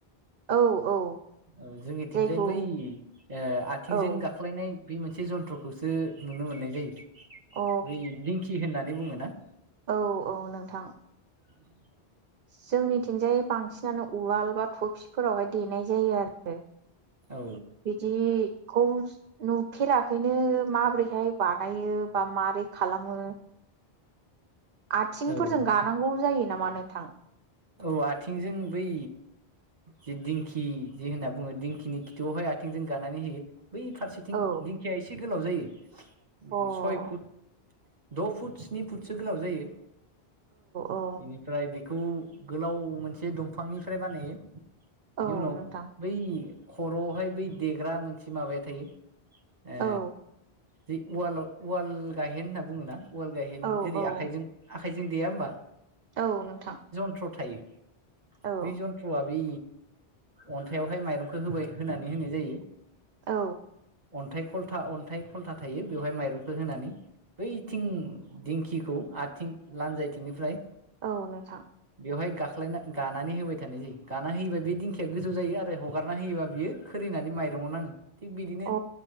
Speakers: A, on the right; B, on the right.
A: औ औ
B: ओ जोंनिथिंजाय
A: जायखौ
B: बै ओ आथिंजों
A: औ
B: गाख्लायनाय बै मोन एसे जन्थ्रखौसो नुनो मोननाय जायो
A: अ
B: बै दिंखि होननानै बुङो ना।
A: औ औ नोंथां।
B: <unintelligible>
A: जोंनिथिंजाय बांसिनानो उवाल बा थपसिफोरावहाय देनाय जायो आरो।
B: औ
A: बिदिखौ नुफेराखैनो। माबोरैहाय बानायो बा मारै खालामो। आथिंफोरजों
B: औ नोंथां
A: गानांगौ जायो नामा नोंथां?
B: औ आथिंजों बै जे दिंखि जे होनना बुङो दिंखिनि खिथुआवहाय आथिंजों गानानै होयो। बै फारसेथिं
A: औ
B: दिंखिया एसे गोलाव जायो उम
A: अ औ
B: सय फुट। द' फुट स्नि फुटसो गोलाव जायो
A: औ
B: बेनिफ्राय बेखौ गोलाव मोनसे दंफांनिफ्राय बानायो बेनि
A: औ
B: उनाव
A: नोंथां
B: बै खर'आवहाय बै देग्रा मोनसे माबाया थायो ए
A: औ
B: जै उवालाव उवाल गायहेन होनना बुङोना उवाल गायहेन
A: औ
B: जेरै
A: औ
B: आखाइजों आ थाइजों गोया होमबा।
A: औ नोंथां।
B: थ्र थायो
A: औ
B: बै जन्थ्रआ बै अन्थायाइावहाय माइरंखौ होबाय होनानै होनाय जायो।
A: औ।
B: अन्थाय खलथा अन्थाय खलथा थायो बेवहाय माइरंखौ होनानै। बैथिं दिंखिखौ आथिं लानजायथिंनिफ्राय
A: औ नोंथां।
B: बेवहाय गाख्लायना गानानै होबाय थानाय जायो गाना होयोबा बे दिंखिया गोजौ जायो आरो हगारना होयोबा बियो खोरै नानै मायरंआव नाङो। थिग बिदिनो
A: अ